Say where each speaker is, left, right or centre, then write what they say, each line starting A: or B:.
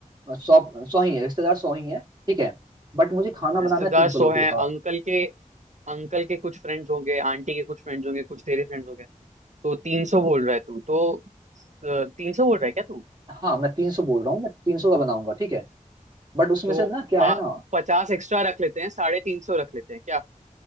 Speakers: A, on the right; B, on the right.
A: अ, सौ सौ ही है रिश्तेदार सौ ही है ठीक है बट मुझे खाना बनाना
B: रिश्तेदार
A: है तीन सौ
B: सो
A: लोगों
B: हैं
A: का
B: अंकल के अंकल के कुछ फ्रेंड्स होंगे आंटी के कुछ फ्रेंड्स होंगे कुछ तेरे फ्रेंड्स होंगे तो 300 बोल रहा है तू तो तीन सौ बोल रहा है क्या तू
A: हाँ मैं तीन सौ बोल रहा हूँ मैं तीन सौ का बनाऊंगा ठीक है बट उसमें
B: तो
A: से ना क्या
B: आ,
A: है ना
B: पचास एक्स्ट्रा रख लेते हैं साढ़े तीन सौ रख लेते हैं क्या